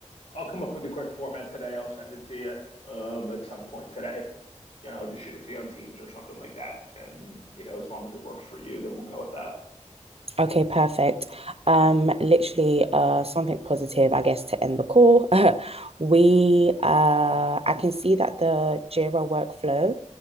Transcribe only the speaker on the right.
Okay, perfect. Um, literally, uh, something positive, I guess, to end the call. <laughs> We, uh, I can see that the Jira workflow